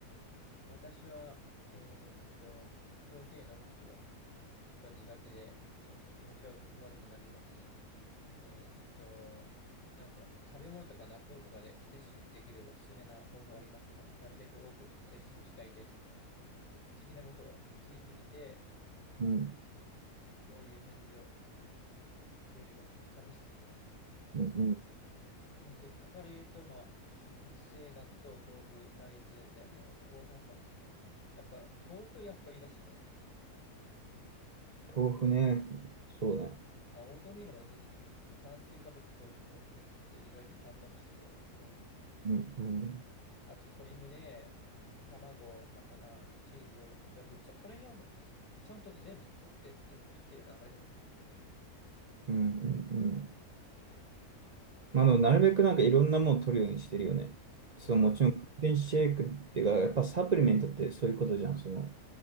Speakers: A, on the left (about 35°); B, on the right (about 70°).
A: 私は、えーっと、プロテイン飲むことがちょっと苦手で、ちょっと気持ちは悪くなります。えーっと、なんか食べ物とか納豆とかで摂取できるおすすめな方法ありますかなるべく多く摂取したいです。的なことを聞いてみて、
B: うん。
A: どういう返事をくれるかちょっと試してみるわ。
B: うんうん。
A: まあ、結果から言うと、まあ、植物性納豆、豆腐、大豆だよね。高タンパク質。やっぱ、豆腐やっぱいいらしいね。
B: 豆腐ね。そうね。
A: あ、オートミールも出てきたね。まあ、炭水化物取り、もう取りつつ、意外とタンパク質が多い、多いっていう。
B: うんうん。
A: あと鶏胸、卵、魚、チーズ、ヨーグルト。でもぶっちゃけこの辺はちゃんと全部取って、いや、食ってるな、俺。
B: うんうんうん。まあ、あの、なるべくなんかいろんなもの取るようにしてるよね。そう、
A: うん。
B: もちろん、プロテインシェイクっていうか、やっぱサプリメントってそういうことじゃん。その、